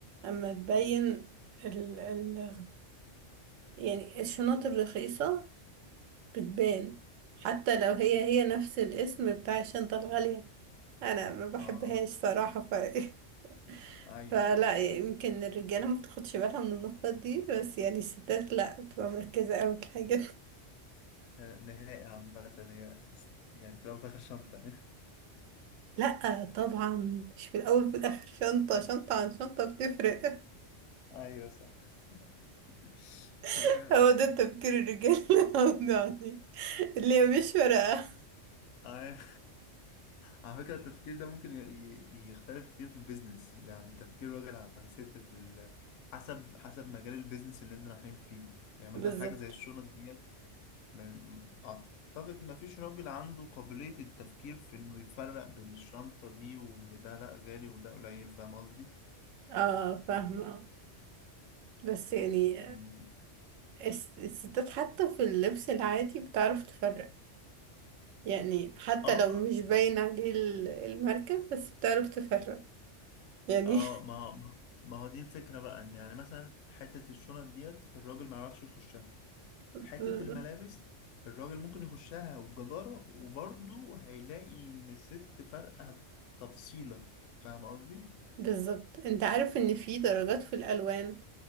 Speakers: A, on the right; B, on the left.
A: اما تبين ال... ال... يعني الشنط الرخيصة بتبان حتى لو هي هي نفس الاسم بتاع الشنطة الغالية انا ما بحبهاش
B: اه
A: صراحة ف <laughs>
B: ايوه
A: فلا
B: ايوه
A: يعني يمكن الرجالة ما بتاخدش بالها من النقط دي بس يعني الستات لا بتبقى مركزة قوي في الحاجات دي. <laughs>
B: آه، نهائي عامة هي است- يعني في الاول وفي الاخر شنطة
A: لا طبعا مش في الأول وفي الآخر شنطة شنطة عن شنطة بتفرق
B: <laughs> ايوه صح <laughs> تمام
A: <laughs> هو ده تفكير الرجالة <laughs> يعني اللي هي مش فارقة
B: ايوه على فكرة التفكير ده ممكن ي- ي- يختلف كتير في البيزنس يعني تفكير راجل عن ست في ال... حسب حسب مجال البيزنس اللي انت رايحين فيه يعني
A: بالظبط
B: مثلا حاجة زي الشنط ديت ما... م- أعتقد ما فيش راجل عنده قابلية التفكير في إنه يفرق بين الشنطة دي وإن ده لأ غالي وده قليل فاهم قصدي؟
A: اه فاهمة بس يعني
B: مم.
A: الس- الستات حتى في اللبس العادي بتعرف تفرق يعني حتى
B: اه
A: لو
B: اه
A: مش باين عليه ال- الماركة بس بتعرف تفرق يعني
B: آه، ما ما هو دي الفكرة بقى إن يعني مثلا حتة الشنط ديت الراجل ما يعرفش يخشها
A: <laughs>
B: حتة الملابس الراجل ممكن يخشها وبجدارة وبرضه هيلاقي إن الست فارقة في تفصيلة فاهم قصدي؟
A: بالظبط انت عارف ان في درجات في الالوان